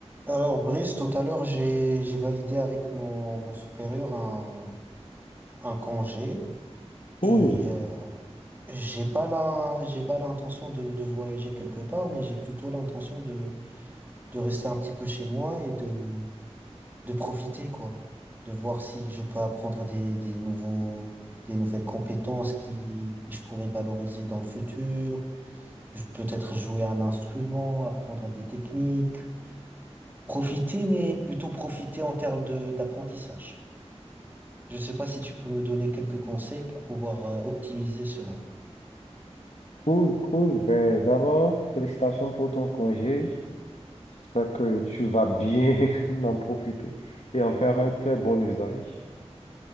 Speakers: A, on the right; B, on the left.
A: Alors, Brice, tout à l'heure, j'ai j'ai validé avec mon, mon supérieur un, un congé
B: Cool,
A: et euh, j'ai pas la j'ai pas l'intention de, de voyager quelque part, mais j'ai plutôt l'intention de, de rester un petit peu chez moi et de, de profiter, quoi, de voir si je peux apprendre des, des nouveaux des nouvelles compétences qui, qui je pourrais valoriser dans le futur, Je- peut-être jouer un instrument, apprendre des techniques, profiter, mais plutôt profiter en termes de d'apprentissage. Je sais pas si tu peux me donner quelques conseils pour pouvoir euh, optimiser cela.
B: cool, cool. Ben, d'abord, félicitations pour ton congé. J'espère que tu vas bien <laughs> en profiter et en faire un très bon usage,